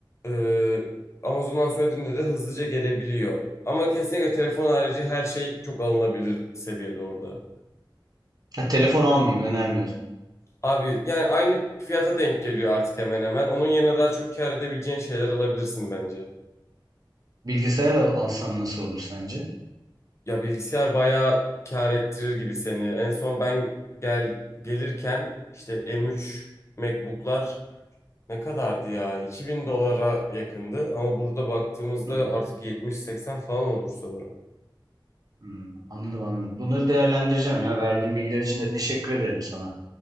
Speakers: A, on the left; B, on the right.
A: e, Amazon'dan söylediğinde de hızlıca gelebiliyor. Ama kesinlikle telefon harici her şey çok alınabilir seviyede orada.
B: Ha, telefon almayayım önermiyorsun.
A: Abi yani aynı fiyata denk geliyor artık hemen hemen. Onun yerine daha çok kâr edebileceğin şeyler alabilirsin bence.
B: Bilgisayar al- alsam nasıl olur sence?
A: Ya bilgisayar bayağı kâr ettirir gibi seni. En son ben gel gelirken işte M3 MacBook'lar ne kadardı ya? 2000 dolara yakındı ama burada baktığımızda
B: Hmm,
A: artık 70-80 falan olmuş sanırım.
B: hmm, anladım anladım. Bunları değerlendireceğim ya. Verdiğin bilgiler için de teşekkür ederim sana.